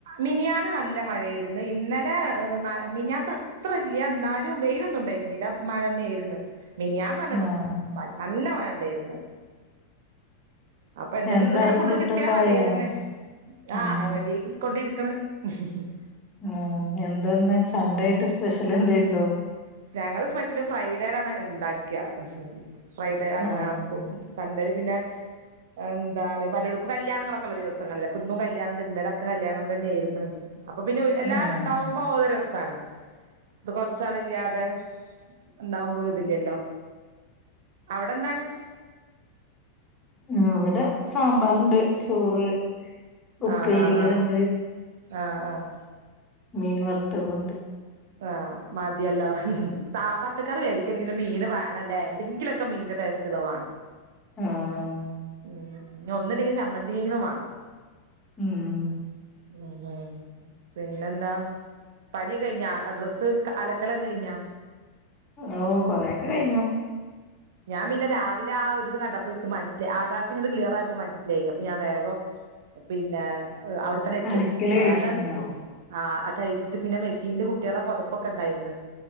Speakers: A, on the right (about 55°); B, on the left (about 25°).
A: മിനിയാന്ന് നല്ല മഴയിരുന്ന് ഇന്നലെ മിനിയാത്ത ത്ര ഇല്യാ എന്നാലും വെയിലൊന്നും ഉണ്ടായിരുന്നില്ല മഴന്നെയാരുന്നു. മിനിയാന്നാണ്
B: ആഹ്
A: നല്ല മഴണ്ടായിരുന്ന്. അപ്പൊന്താലും
B: എന്തായി
A: ഇന്നിങ്ങനെ ഫുള്ള്
B: ഫുഡൊക്കെ
A: കിട്ടിയാ മതിയാരുന്ന്
B: ആയോ ഉം
A: ആഹ് റെഡിയായി കൊണ്ടിരിക്കണ്. <unintelligible>
B: ഉം എന്താന്ന് സൺണ്ടേയിട്ട് സ്പെഷ്യൽ എന്തേണ്ടോ?
A: ഞങ്ങള് സ്പെഷ്യല് ഫ്രൈഡേയിലാണ് ഉണ്ടാക്കിയ ഫ്രൈഡേങ്ങനെ
B: ആഹ്
A: ആക്കും. സൺഡേ പിന്നെ എന്താണ് പലർക്കും കല്യാണങ്ങൾ ഒക്കെ ഉള്ള ദിവസ സങ്ങളിലെ ഇന്നും കല്യാണം ഇണ്ട് ഇന്നലൊക്കെ കല്യാണം തന്നെയാരുന്നു അപ്പൊ പിന്നെ എല്ലാരും
B: ആഹ്
A: ഇണ്ടാവും. മ്പോ അത് രസാണ് ഇത് കോറ ച്ചാളി ഇല്ലാതെ ഉണ്ടാവുമ്പ ഒരിതില്ലല്ലോ അവിടെ എന്താണ്?
B: ഉം ഇവിടെ സാമ്പാറിണ്ട് ചോറ് ഉപ്പേരികളുണ്ട്
A: ആഹ് ആഹ് ആഹ് ആഹ് ആഹ്.
B: മീൻ വർത്തതുണ്ട്.
A: ആഹ് മതിയല്ലോ സ പച്ചക്കറി വരും. ക്ക് ഒരു കിലോ മീൻ വേണല്ലേ എന്തങ്കിലൊക്കെ മീന്റെ ടേസ്റ്റുള്ള വാണം.
B: ഹും.
A: ഉം ഒന്നില്ലെങ്കിൽ ചമ്മന്തിയെങ്കിലും വാണം.
B: ഉം.
A: ഉം ഹും പിന്നെന്താ പണിയോക്കെ കഴിഞ്ഞാ? ആഹ് ഡ്രസ്സ് അലക്കലോക്കെ കഴിഞ്ഞാ?
B: ഓ കൊറെക്കെ കഴ്ഞ്ഞു
A: ഞാൻ പിന്നെ രാവിലെ ആ ഒരു ഇത് കണ്ടപ്പോക്ക് മനസ്സിലായി ആകാശം ക്ലിയർ ആയപ്പോ മനസ്സിലായിപ്പൊ ഞാൻ വേഗം പിന്നെ അവിടെത്തന്നെട്ട്
B: അലക്കല്
A: വേഗം
B: കഴിച്ചിണ്ടാവും
A: ആ തഴിച്ച് പിന്നെ മെഷീന്ൽ കുട്ടിയാളെ പൊതപ്പൊക്കെണ്ടായിരുന്നു